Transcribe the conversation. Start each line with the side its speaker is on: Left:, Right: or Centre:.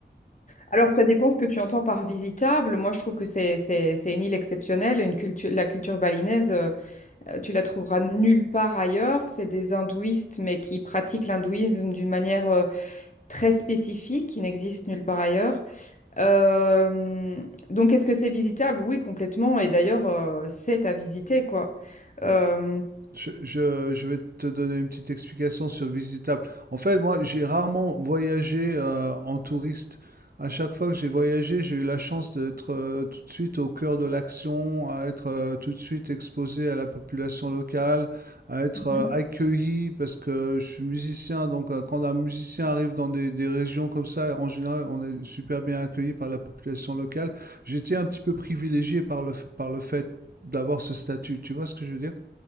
Left: Alors, ça dépend ce que tu entends par visitable. Moi, je trouve que c'est c'est- c'est une île exceptionnelle. Une culture, la culture balinaise, euh, euh, tu la trouveras nulle part ailleurs. C'est des hindouistes, mais qui pratiquent l'hindouisme d'une manière euh, très spécifique, qui n'existe nulle part ailleurs. Euh, donc, est-ce que c'est visitable? Oui, complètement. Et d'ailleurs, euh, c'est à visiter, quoi. Euh,
Right: Je, je- je vais te donner une petite explication sur Visitable. En fait, moi, j'ai rarement voyagé euh, en touriste. À chaque fois que j'ai voyagé, j'ai eu la chance d'être euh, tout de suite au cœur de l'action, à être euh, tout de suite exposé à la population locale, à être
Left: Mhm.
Right: euh, accueilli parce que je suis musicien. Donc, euh, quand un musicien arrive dans des, des régions comme ça, en général, on est super bien accueilli par la population locale. J'étais un petit peu privilégié par le, f- par le fait d'avoir ce statut. Tu vois ce que je veux dire?